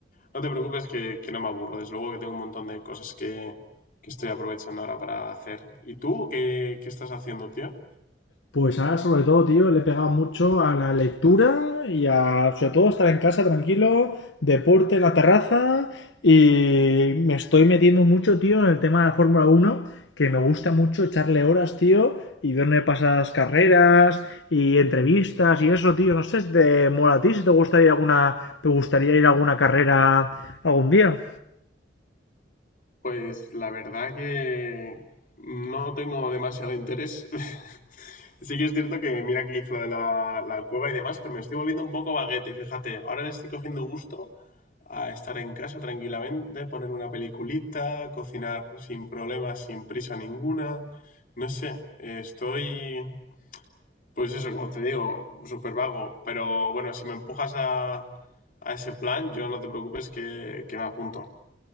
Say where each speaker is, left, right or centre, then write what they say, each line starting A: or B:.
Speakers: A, on the left (about 50°); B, on the left (about 85°).
A: no te preocupes que, que no me aburro. Desde luego que tengo un montón de cosas que, que estoy aprovechando ahora para hacer. ¿Y tú qué, qué estás haciendo, tío?
B: Pues ahora sobre todo, tío, le he pegado mucho a la lectura y a sobre todo estar en casa tranquilo, deporte en la terraza y me estoy metiendo mucho, tío, en el tema de la Fórmula Uno que me gusta mucho echarle horas, tío, y verme pasadas carreras y entrevistas y eso, tío, no sé, de mola a ti si te gustaría ir alguna te gustaría ir a alguna carrera algún día.
A: Pues la verdad que no tengo demasiado interés. <laughs> Sí que es cierto que mira que hizo lo de la, la cueva y demás, pero me estoy volviendo un poco vaguete. fíjate. Ahora le estoy cogiendo gusto a estar en casa tranquilamente, poner una peliculita, cocinar sin problemas, sin prisa ninguna. No sé, eh, estoy, pues eso, como te digo, súper vago. Pero bueno, si me empujas a, a ese plan, yo no te preocupes que, que me apunto.